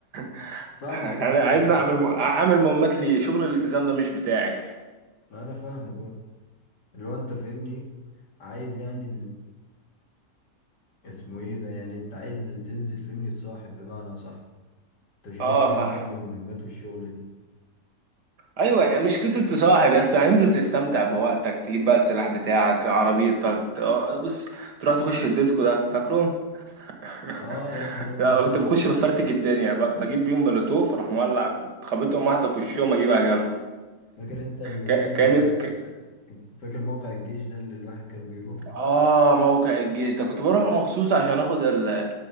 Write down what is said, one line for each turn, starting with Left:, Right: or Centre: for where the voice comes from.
Right: <laughs>
Left: فاهمك
Right: يعني
Left: انت
Right: عايزني
Left: ما
Right: اعمل م- اعمل مهمات ليه شغل الالتزام ده مش بتاعي
Left: ما انا فاهمك اه اللي هو انت فاهمني إيه؟ عايز يعني اسمه ايه ده يعني انت عايز تنزل فهمني تصاحب بمعنى صح انت مش
Right: اه
Left: عايز تنزل
Right: فاهم
Left: تعمل مهمات والشغل دي
Right: ايوه يعني مش قصه تصاحب يا اسطى انزل تستمتع بوقتك تجيب بقى السلاح بتاعك عربيتك ت- اه بص تروح تخش الديسكو ده فاكره <laughs>
Left: اه يا نهار ابيض
Right: لا كنت بخش بفرتك الدنيا ب- بجيب بيهم مولوتوف اروح مولع خبطهم واحده في وشهم اجيب اجلهم
Left: فاكر انت اللي
Right: كا-
Left: كان
Right: كان
Left: ال...
Right: ك...
Left: فاكر موقع الجيش ده اللي الواحد كان بيروحه
Right: اه موقع الجيش ده كنت بروح مخصوص عشان اخد ال...